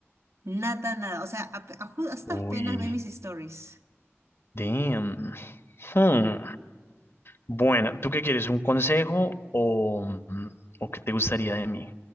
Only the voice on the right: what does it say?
nada, nada. O sea, a- a ju- hasta
apenas ve mis stories.